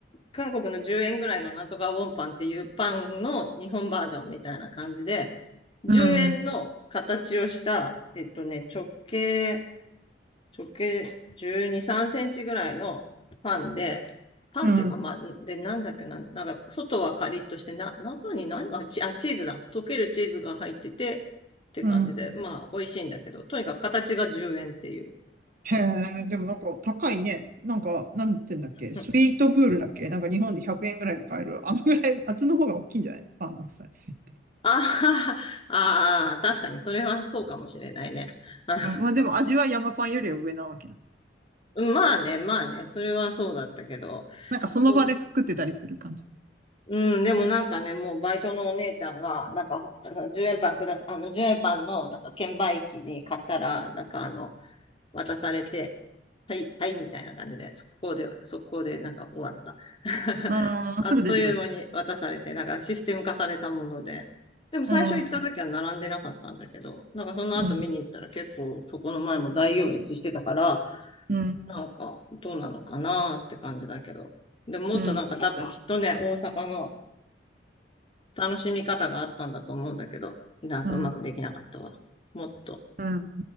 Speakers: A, on the left (about 30°); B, on the right (about 50°).
A: 韓国の10円ぐらいのなんとかウォンパンっていうパンの日本バージョンみたいな感じで、10円の形をした、
B: うん。
A: えっとね、直径直径12、3センチぐらいのパンで、パンっていうか、
B: うん。
A: まあ、で、なんだっけな、なんか、外はカリッとして、な、中に何が、チ、あ、チーズだ。溶けるチーズが入ってて、って感じで、
B: うん。
A: まあ、美味しいんだけど、とにかく形が10円っていう。
B: へえ、でもなんか高いね。なんか、なんて言うんだっけ。
A: <laughs> うん
B: スイートプールだっけなんか日本で100円ぐらいで買える。あのぐらい、あっちの方が大きいんじゃないパンのサイズって。
A: ああ、ああ、確かにそれはそうかもしれないね。あ
B: あまあでも味は山パンよりは上なわけな。
A: の、まあね、まあね、それはそうだったけど、
B: なんかその場で作ってたりする感じ。
A: そううん、でもなんかね、もうバイトのお姉ちゃんが、なんか、あの10円パンください、あの、10円パンの、なんか、券売機に買ったら、なんか、あの、渡されて、はい、はい、みたいな感じで、速攻で、速攻で、なんか終わった。<laughs>
B: ああ、
A: あっという間に渡されて、
B: すぐ出てくるんだ。
A: なんかシステム化されたもので。でも最初行った時は並んでなかったんだけど、
B: うん、
A: なんかその後見に行ったら結構そこの前も大行列してたから、
B: うん、うん、
A: なんかどうなのかなって感じだけど。でももっとなんか多分きっとね、
B: うん、
A: 大阪の楽しみ方があったんだと思うんだけど、なんかうまくできなかったわ。
B: うん、
A: もっと、
B: うん。